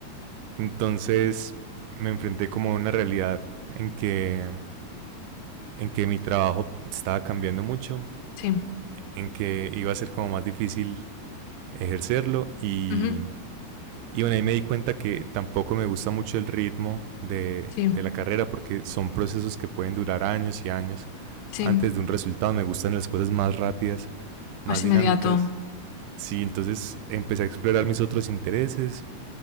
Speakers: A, on the right; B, on the left.
A: Entonces me enfrenté como a una realidad en que, en que mi trabajo estaba cambiando mucho,
B: sí.
A: en que iba a ser como más difícil ejercerlo y,
B: Ujú.
A: y bueno, ahí me di cuenta que tampoco me gusta mucho el ritmo de,
B: Sí,
A: de la carrera porque son procesos que pueden durar años y años
B: sí.
A: antes de un resultado. Me gustan las cosas más rápidas, más
B: Más inmediato.
A: dinámicas. Sí, entonces empecé a explorar mis otros intereses,